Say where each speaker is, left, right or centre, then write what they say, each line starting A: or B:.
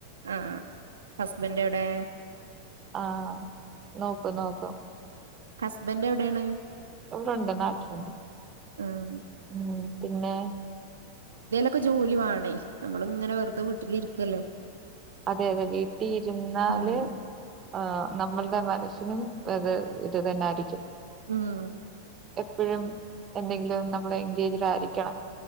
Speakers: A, on the right; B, on the right.
A: ആഹ ഹസ്ബൻഡ് എവിടെ
B: ആഹ് നോക്കും നോക്കും
A: ഹസ്ബൻഡ് എവിടെയാണ്
B: ഇവിടുണ്ട് നാട്ടിലുണ്ട്
A: ആഹ്
B: മ് പിന്നെ
A: ക്കെ ജോലിവെണേ നമ്മള ഇങ്ങനെ വെറുതെ വീട്ടിലിരിക്കല്ലേ
B: അതെ അതെ വീട്ടിൽ ഇരുന്നാല്
A: ഉം
B: ആ നമ്മളുടെ മനസ്സിന് അത് ഇത് തന്നരിക്കും
A: ഉമ്
B: എപ്പോഴും എന്തെങ്കിലും നമ്മള് എൻഗേജിഡ് ആയിരിക്കണം